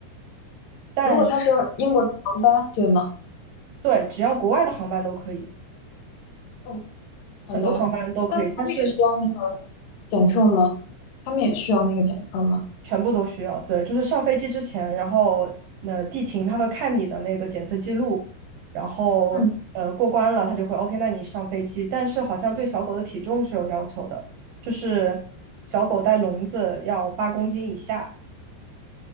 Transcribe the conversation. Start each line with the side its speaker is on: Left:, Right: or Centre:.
Right: 但
Left: 如果它是英国的航班，对吗？
Right: 对，只要国外的航班都可以，
Left: 哦，好的。
Right: 很多航班都可以，
Left: 但他们也需要那个检测吗？
Right: 但是
Left: 他们也需要那个检测吗？
Right: 全部都需要。对，就是上飞机之前，然后那地勤他会看你的那个检测记录，然后呃过关了，
Left: 嗯，
Right: 他就会 OK，那你上飞机。但是好像对小狗的体重是有要求的，就是小狗带笼子要八公斤以下。